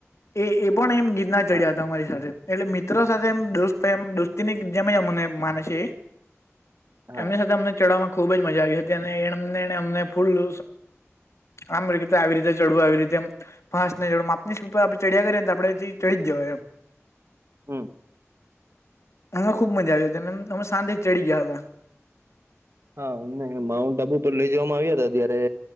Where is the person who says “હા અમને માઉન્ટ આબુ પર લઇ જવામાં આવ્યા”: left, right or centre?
Right